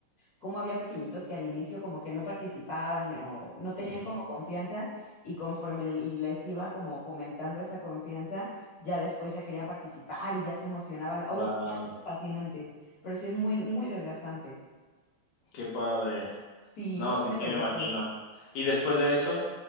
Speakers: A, on the left (about 45°); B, on the left (about 65°).
A: cómo había pequeñitos que al inicio como que no participaban eh, o no tenían
B: ujú.
A: como confianza y conforme le- les iba como fomentando esa confianza, ya después ya querían participar y ya se emocionaban.
B: Wow,
A: Uf, no, fascinante, pero sí es muy, muy desgastante.
B: qué padre.
A: Sí,
B: No,
A: sí
B: sí,
A: me
B: sí,
A: lo
B: me
A: gocé.
B: imagino. ¿Y después de eso?